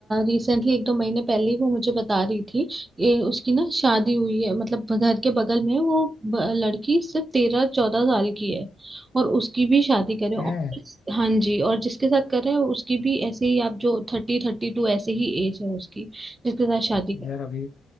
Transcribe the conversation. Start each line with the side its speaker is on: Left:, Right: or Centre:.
Right: रिसेंटली एक दो महीने पहले ही वो मुझे बता रही थी कि उसकी ना शादी हुई है मतलब घर के बगल में वो ब- लड़की सिर्फ तेरह चौदह साल की है और उसकी भी शादी करे और
Left: है
Right: हाँ जी और जिसके साथ कर रहे हैं उसकी भी ऐसे ही आप जो थर्टी थर्टी टू ऐसे ही एज है उसकी जिसके साथ शादी
Left: यार अभी